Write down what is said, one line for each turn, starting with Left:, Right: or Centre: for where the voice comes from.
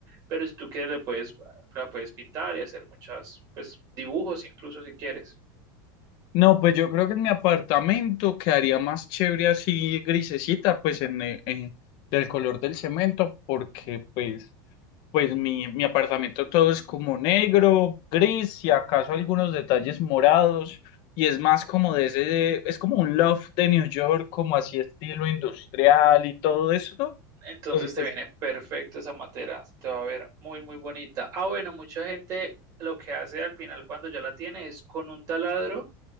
Right: pero si tú quieres le puedes, la puedes pintar y hacer muchas, pues dibujos incluso si quieres.
Left: No, pues yo creo que en mi apartamento quedaría más chévere así grisecita, pues en, eh, eh, del color del cemento, porque pues. Pues mi, mi apartamento todo es como negro, gris, y acaso algunos detalles morados, y es más como de ese, es como un loft de New York, como así estilo industrial y todo eso.
Right: Entonces
Left: Eh,
Right: te
Left: pues,
Right: viene perfecto esa materia, te va a ver muy, muy bonita. Ah, bueno, mucha gente lo que hace al final cuando ya la tiene es con un taladro